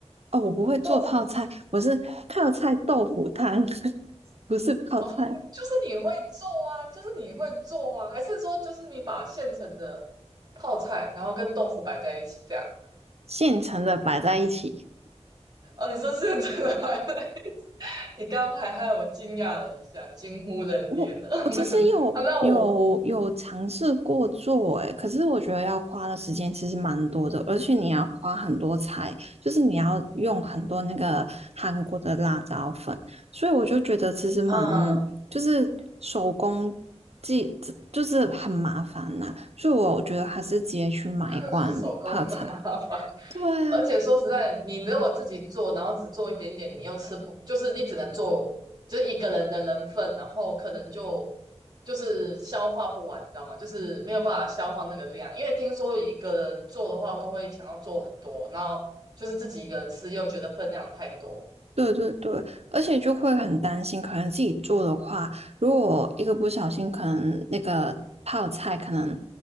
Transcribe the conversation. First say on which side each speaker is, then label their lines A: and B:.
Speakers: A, on the right; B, on the right.
A: 哦，我不会做泡菜，
B: 豆腐
A: 我是泡菜豆腐汤，<laughs> 不是泡菜，
B: 哦，就是你会做啊，就是你会做啊，还是说就是你把现成的泡菜，然后跟豆腐摆在一起这样？
A: 现成的摆在一起。
B: 哦，你说现成的还是，<laughs> 你刚刚还害我惊讶了一下，惊呼人脸了。
A: 我我其实有有有尝试过做，
B: <laughs> 啊，那我
A: 诶，可是我觉得要花的时间其实蛮多的，而且你要花很多菜，就是你要用很多那个韩国的辣椒粉，所以我就觉得其实蛮
B: 嗯，
A: 就是手工技就是很麻烦呐、所以我觉得还是直接去买一罐泡菜。
B: <laughs> 手工很麻烦。
A: 对啊，
B: 而且说实在，你如果自己做，然后只做一点点，你又吃不，就是你只能做就一个人的人份，然后可能就就是消化不完，知道吗？就是没有办法消化那个量，因为听说一个人做的话，都会想要做很多，然后就是自己一个人吃又觉得分量太多。
A: 对对对，而且就会很担心，可能自己做的话，如果一个不小心，可能那个泡菜可能